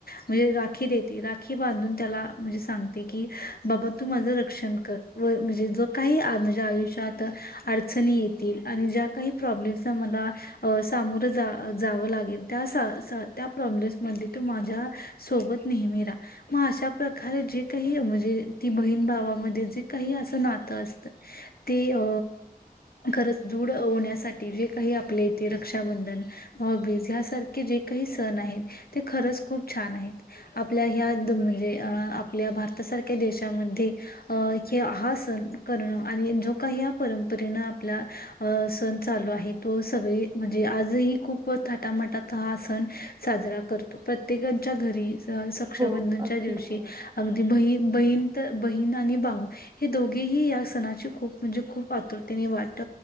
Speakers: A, on the left (about 70°); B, on the right (about 25°).
A: म्हणजे राखी देत. राखी बांधून त्याला, म्हणजे सांगते की बाबा, तू माझ रक्षण कर णे काही ण माझ्या आयुष्यात अडचणी ऐतील, आणि ज्या काही प्रोब्लेम चा मला अ सामना मोरं जावं लागेल, त्या प्रॉब्लेम मधे माझ्या सोबत नेहमी रा, मग अशा प्रकारे जे काही म्हणजे ती, बहीण भावामध्ये जे काही असं ना. असत, ते अ खरच, दूढ होण्यासाठी जे काही आपले इथे रक्षाबंधन, हॉबीज यासारखे जे काही सण आहेत, ते खरंच खूप छान आहेत. आपल्या ह्या म्हणजे अ आपल्या भारतासारख्या देशामध्ये अ, हे, हा सण सण करणं, आणि जो काही परंपरेनं आपला सण चालू आहे तो सगळे म्हणजे आजही खूप थाटामाटचा हा सण साजरा करतो, प्रत्येकच्या घरी सक्षाबंधनच्या
B: हो अगदी
A: दिवशी,
B: बरोबर
A: अगदी बही बहीणंत बहीण आणि भाहू, हे दोघेही या सणाची खूप म्हणजे खूप आतुरतेने वाट.